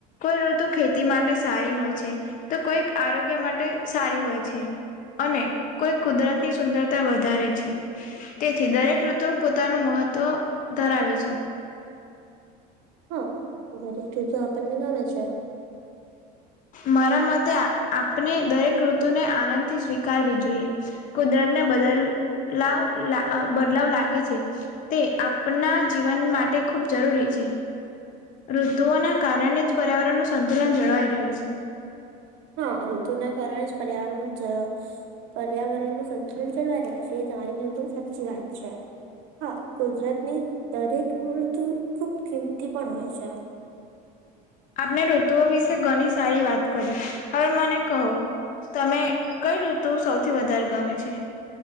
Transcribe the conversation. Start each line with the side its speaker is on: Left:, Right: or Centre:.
Left: કોઈ ઋતુ ખેતી માટે સારી હોય છે તો કોઈ આરોગ્ય માટે સારી હોય છે અને કોઈ કુદરત ની સુંદરતા વધારે છે તેથી દરેક ઋતુ પોતાનું મહત્વ ધરાવે છે
Right: હા દરેક જૂતો આપણને ગમે છે
Left: મારા મતે આપણે દરેક ઋતુને આનંદ થી સ્વીકારવી જોઈએ કુદરત ને બદલાવ બદલાવ લાગે છે તે આપના જીવન માટે ખૂબ જરૂરી છે ઋતુઓના કારણે જ પર્યાવરણનું સંતુલન જળવાઈ રહે્યું છે
Right: હા ઋતુ ના કારણે જ પરિવારનું પર્યાવરણ નું સંતુલન જળવા રહે છે એ તમારી બિલકુલ સાચી વાત છે હા ગુજરાતની દરેક મૃત્યુ ખુબ કિંમતી પણ હોય છે
Left: આપણે ઋતુઓ વિશે ઘણી સારી વાત કરી હવે મને કહો તમે કઈ ઋતુ સૌથી વધારે ગમે છે